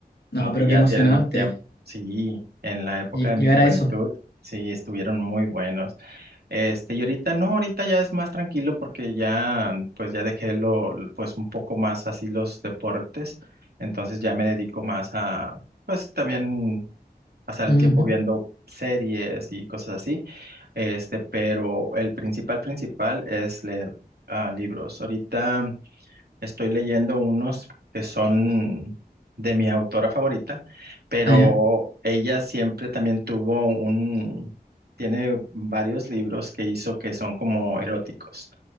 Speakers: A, on the right; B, on the left.
A: como
B: No,
A: que
B: pero
A: ya
B: qué emocionante
A: tienen más tiempo. Sí, en la época
B: lle-
A: de
B: llegar
A: mi juventud,
B: a eso.
A: sí, estuvieron muy buenos. Este, y ahorita no, ahorita ya es más tranquilo porque ya, pues ya dejé lo, lo- pues un poco más así los deportes, entonces ya me dedico más a, pues también pasar
B: Ujú,
A: el tiempo viendo series y cosas así, este, pero el principal, principal es leer ah, libros. Ahorita Estoy leyendo unos que son de mi autora favorita, pero
B: Ah, ya.
A: ella siempre también tuvo un, tiene varios libros que hizo que son como eróticos.